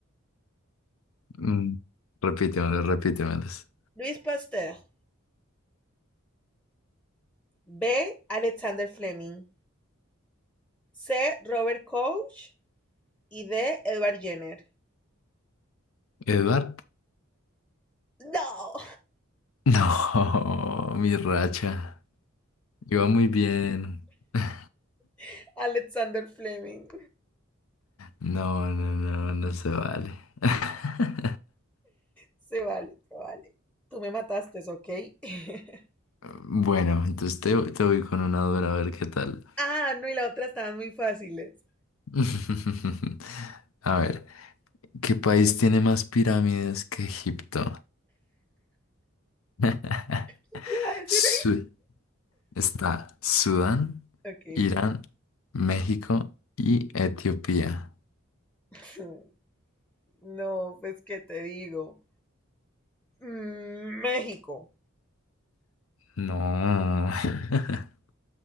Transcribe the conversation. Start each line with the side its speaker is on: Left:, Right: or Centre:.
Left: mm, repítemelos, repítemelos.
Centre: Louis Pasteur. B. Alexander Fleming. C. Robert Koch. Y D. Edward Jenner.
Left: ¿Edward?
Centre: No.
Left: No, <laughs> mi racha. Iba muy bien. <laughs>
Centre: <laughs> Alexander Fleming.
Left: No, no, no, no se vale. <laughs>
Centre: Se vale, se vale. Tú me mataste, ¿ok? <laughs>
Left: Bueno, entonces te, te voy con una dura, a ver qué tal.
Centre: Ah, no, y la otra estaban muy fáciles.
Left: <laughs> A ver, ¿qué país tiene más pirámides que Egipto? <laughs>
Centre: ¿Qué te iba a decir?
Left: Su- está Sudán,
Centre: ahí? Ok.
Left: Irán, México y Etiopía.
Centre: <laughs> No, pues, ¿qué te digo? Mm, México.
Left: No. <laughs>